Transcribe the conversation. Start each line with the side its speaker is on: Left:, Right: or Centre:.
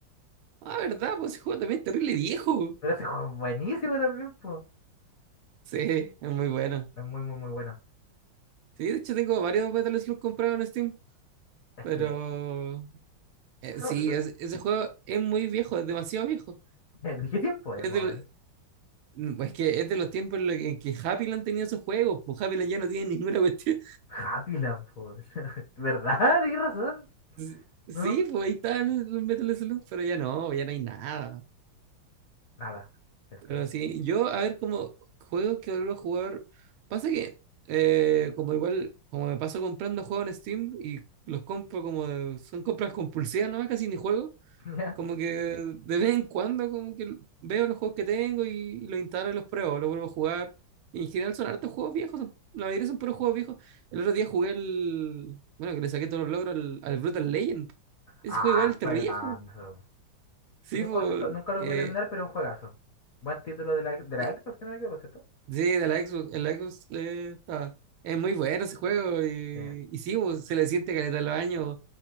Right: Ah, ¿verdad? Pues ese juego también es terrible viejo.
Left: Pero ese juego es buenísimo también, pues.
Right: Sí, es muy bueno.
Left: Es muy, muy, muy bueno.
Right: Sí, de hecho tengo varios Metal Slug comprados en Steam.
Left: Es
Right: Pero
Left: que...
Right: eh,
Left: Eso,
Right: sí,
Left: eso-
Right: es- ese juego es muy viejo, es demasiado viejo.
Left: <laughs> ¿De qué tiempo es,
Right: Es
Left: más
Right: del,
Left: o menos?
Right: mm, es que es de los tiempos en los que en que Happyland tenía sus juegos, pues Happyland ya no tiene <laughs> ninguna cuestión.
Left: Happy Land, pues. <laughs> ¿Verdad? Tienes razón.
Right: S- Sí,
Left: No.
Right: pues ahí están los Metal Slug, pero ya no, ya no hay nada.
Left: Nada. ¿Cierto?
Right: Pero sí,
Left: <laughs>
Right: yo a ver como juegos que vuelvo a jugar. Pasa que, eh, como igual, como me paso comprando juegos en Steam y los compro como de- son compras compulsivas nomás, casi ni juego.
Left: Ya.
Right: Como que de vez en cuando como que veo los juegos que tengo y, y los instalo y los pruebo, los vuelvo a jugar. Y en general son hartos juegos viejos, son- la mayoría son puros juegos viejos. El otro día jugué el... Bueno, que le saqué todos los logros al, al Brutal Legend. Ese
Left: Ah,
Right: juego igual es terrible
Left: juegazo.
Right: viejo. Sí,
Left: Ese
Right: pues...
Left: juego nunca, nunca lo
Right: eh,
Left: pude terminar, pero es un juegazo. Buen título de la, de la
Right: eh,
Left: Xbox, si no me equivoco, ¿cierto?
Right: sí, de la Xbox. El Xbox eh, está- es muy bueno ese juego y,
Left: Sí.
Right: y sí, pues, se le siente caleta a los años.